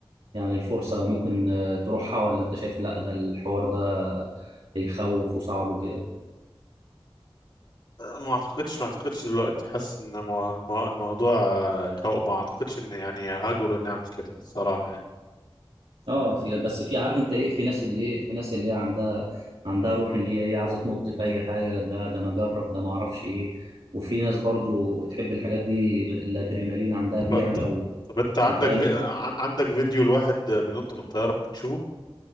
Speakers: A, on the right (about 75°); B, on the left (about 50°).
A: يعني الفرصة ممكن آه، تروحها ولا أنت شايف لأ ده الحوار ده يخوف وصعب وكده؟
B: ما اعتقدش ما اعتقدش دلوقتي حاسس ان المو- المو- الموضوع آه، يخوف ما اعتقدش ان يعني هاجر اني اعمل كده الصراحه يعني.
A: أه في بس في عارف أنت إيه في ناس اللي إيه في ناس اللي هي عندها عندها روح إن هي إيه عايزة تنط في أي حاجة لا ده أنا أجرب ده ما أعرفش إيه وفي ناس برضو تحب الحاجات دي ال- الأدرينالين عندها بيعلى
B: بط...
A: و...
B: طب انت عندك
A: وفاهم
B: في...
A: انت
B: عن- عندك فيديو لواحد بينط من طيارة ممكن تشوفه